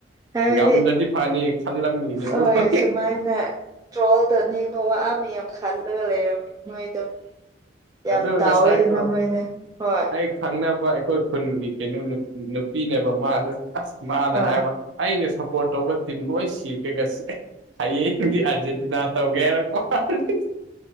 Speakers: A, on the right (about 20°); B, on the right (about 85°).
A: ꯍꯥꯏꯕꯗꯤ
B: ꯉꯝꯗ꯭ꯔꯗꯤ ꯐꯅꯤ ꯈꯜꯂꯝꯃꯤꯅꯦꯕ
A: ꯍꯣꯏ ꯁꯨꯝ ꯃꯥꯏꯅ ꯇ꯭ꯔꯣꯜ ꯇꯅꯤꯡꯕ ꯋꯥ ꯃꯌꯥꯝ ꯈꯜꯂꯒ ꯂꯩꯔꯝꯒꯅꯤ ꯃꯣꯏꯗꯣ ꯌꯥꯝ
B: ꯑꯗꯨ
A: ꯇꯥꯎꯋꯤꯗꯅ
B: ꯉꯁꯥꯏꯀꯣ
A: ꯃꯣꯏꯅ ꯍꯣꯏ
B: ꯑꯩ ꯈꯪꯅꯕ ꯑꯩꯈꯣꯏ ꯈꯨꯟꯒꯤ ꯀꯩꯅꯣ ꯅꯨꯄꯤꯅꯦꯕ ꯃꯥꯁꯨ ꯑꯁ ꯃꯥꯅ
A: ꯍꯣꯏ
B: ꯍꯥꯏꯕ ꯑꯩꯅ ꯁꯞꯄꯣꯔꯠ ꯇꯧꯕ ꯇꯤꯝ ꯂꯣꯏ ꯁꯤꯈꯦꯒꯁ ꯍꯌꯦꯡꯗꯤ ꯑꯥꯔꯖꯦꯟꯇꯤꯅꯥ ꯇꯧꯒꯦ ꯍꯥꯏꯔꯛꯄ <unintelligible>